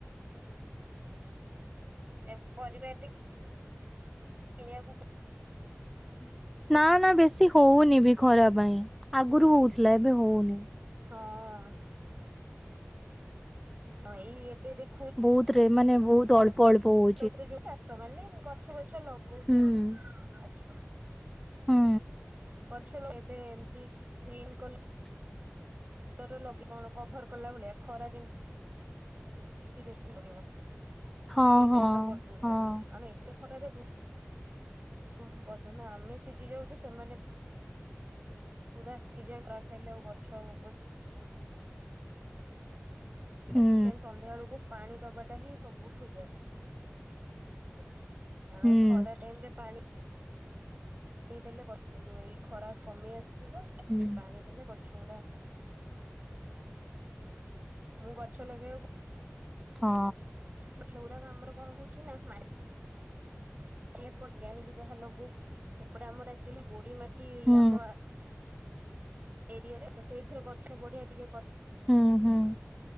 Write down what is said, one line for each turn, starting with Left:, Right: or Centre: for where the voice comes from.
Right: ଏଭେ ପରିବା ଏତିକି ଏଆକୁ ପା
Centre: ନା, ନା, ବେଶୀ ହଉନି ବି ଖରା ପାଇଁ। ଆଗରୁ ହଉଥିଲା ଏବେ ହଉନି।
Right: ହଁ। ହଁ, ଏଇ ଏବେ ଦେଖ୍
Centre: ବହୁତ ରେ, ମାନେ ବହୁତ ଅଳ୍ପ ଅଳ୍ପ ବହୁତ
Right: ତ ଉପରେ ଯୋଉ ଚାଷ ମାନେ ଗଛ ବଛ ଲଗଉଛନ୍।
Centre: ହୁଁ
Right: ଆଛା।
Centre: ହୁଁ
Right: ଗଛ ଲଗେବେ ଏମତି ଗ୍ରୀନ୍ କଲ
Centre: <inaudible>
Right: <unintelligible> କଭର କଲା ଭଳିଆ, ଖରା ଯେମ୍ ତି ବେଶୀ ପଡିବ।
Centre: ହଁ
Right: ସେଇ
Centre: ହଁ
Right: ଟାଇପ୍ ର କରିଦଉଚନ୍ତି।
Centre: ହଁ
Right: କାରଣ ଏତେ ଖରାରେ ଗୁଁ ଉଁ ଗଧ ନା ଆମେ ସିଜି ଯାଉଚୁ ସେମାନେ ପୁରା ପିଜାଉ କ୍ରାକ଼୍ ଖାଇଲେ ଆଉ ଗଛ ଆଉ ହବ <unintelligible> ସଫିସେଣ୍ଟ
Centre: ହୁଁ
Right: ସନ୍ଧ୍ୟା ବେଳକୁ ପାଣି ଦବାଟା ହିଁ ସବୁଠୁ ବେ ଷ୍ଟ। କାରଣ
Centre: ହୁଁ
Right: ଖରା ଟାଇମ୍ ରେ ପାଣି ଦେଇ ଦେଲେ କିନ୍ତୁ, ଏଇ ଖରା କମି ଆସୁଥିବ, ଟିକେ
Centre: ହୁଁ
Right: ପାଣି ଦେଲେ ଗଛ ଗୁରା ମୁଁ, ଗଛ ଲଗେଇବାକୁ
Centre: ହଁ।
Right: ଗଛ ଗୁରାକ ଆମର କଣ ହଉଛି? ନା ମାଟ୍ ଏପଟିକି ଆଣିକି ଯାହା ଲଗଉ। ସେପଟେ ଆମର ଆକ୍ଚୁଆଲି ଗୋଡି ମାଟି
Centre: ହୁଁ
Right: ଆମ ଆ ଏରିଆରେ ତ, ସେଇଥିରେ ଗଛ ବଢିଆ ଟିକେ କଷ୍
Centre: ହୁଁ ହୁଁ